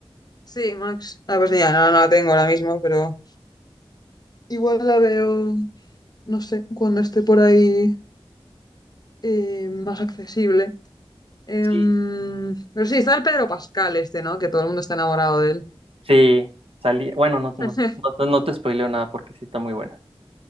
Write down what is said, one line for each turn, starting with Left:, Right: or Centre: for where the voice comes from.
Left: Sí, Max. Ah, pues ya, no, no la tengo ahora mismo, pero igual la veo, no sé, cuando esté por ahí eh, más accesible. Em,
Right: Sí.
Left: pero sí, está el Pedro Pascal este, ¿no? Que todo el mundo está enamorado de él.
Right: Sí, salía. Bueno, no, no,
Left: <laughs>
Right: te- no, te no te spoileo nada porque sí está muy buena.